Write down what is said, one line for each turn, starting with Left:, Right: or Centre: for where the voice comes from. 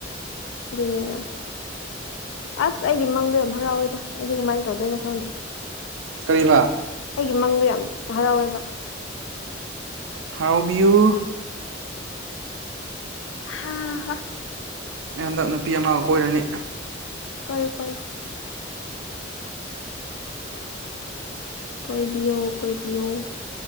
Left: ꯑꯗꯨꯅꯤꯅ ꯑꯁ ꯑꯩꯒꯤ ꯃꯪꯗ‌ꯣ ꯌꯥꯝ ꯍꯔꯥꯎꯢꯗ ꯑꯩꯗꯤ ꯀꯃꯥꯏ ꯇꯧꯗꯣꯏꯅꯣ ꯈꯪꯗ꯭ꯔꯦ
Right: ꯀꯔꯤꯕ
Left: ꯑꯩꯒꯤ ꯃꯪꯗꯣ ꯌꯥꯝ ꯍꯔꯥꯎꯌ‌ꯦꯕ
Right: ꯍꯔꯥꯎꯕꯤꯌꯨ
Left: ꯍꯥꯥ ꯍ
Right: ꯑꯩ ꯍꯟꯗꯛ ꯅꯨꯄꯤ ꯑꯃꯒ ꯀꯣꯏꯔꯅꯤ
Left: ꯀꯣꯏꯌꯨ ꯀꯣꯏꯌꯨ ꯀꯣꯏꯕꯤꯌꯣ ꯀꯣꯏꯕꯤꯌꯣ